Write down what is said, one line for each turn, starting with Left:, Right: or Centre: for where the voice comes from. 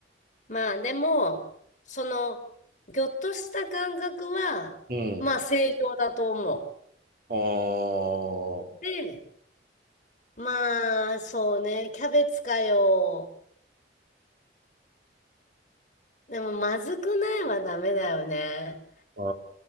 Left: まあでも、その、ぎょっとした感覚は、
Right: うん。
Left: まあ正常だと思
Right: おー。
Left: う。で、まあそうね、キャベツかよ。でもまずくないはダメだよね。
Right: お